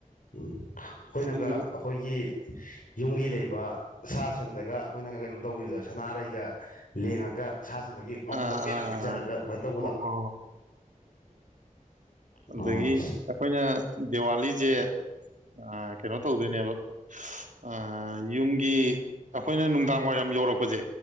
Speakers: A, on the left; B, on the right.
A: ꯎꯝ ꯑꯩꯈꯣꯏꯅꯒ
B: ꯑꯗꯨꯗꯨꯒ
A: ꯑꯩꯈꯣꯏꯒꯤ ꯌꯨꯝꯒꯤ ꯂꯩꯕ ꯁꯥ ꯁꯟꯗꯒ ꯑꯩꯈꯣꯏꯅꯒ ꯀꯩꯅꯣ ꯇꯧꯕꯤꯕꯗꯣ ꯁꯅꯥꯔꯩꯒ ꯂꯦꯡꯉꯒ ꯁꯥ ꯁꯟꯗꯒꯤ ꯃꯕꯨꯛꯀ
B: ꯑꯥ
A: ꯄꯦꯟꯅ
B: ꯑꯥ ꯑꯥ
A: ꯄꯤꯖꯔꯒ ꯑꯗꯨꯃꯥꯏꯅ ꯇꯧꯕꯗꯣ
B: ꯍꯣ ꯍꯣ ꯑꯗꯥꯒꯤ
A: ꯑꯣ
B: ꯑꯩꯈꯣꯏꯅ ꯗꯤꯋꯥꯂꯤ ꯑꯂꯤꯁꯦ ꯀꯩꯅꯣ ꯇꯧꯗꯣꯏꯅꯦꯕ ꯑ ꯌꯨꯝꯒꯤ ꯑꯩꯈꯣꯏꯅ ꯅꯨꯡꯗꯥꯡ ꯋꯥꯏꯔꯝ ꯌꯧꯔꯛꯄꯁꯦ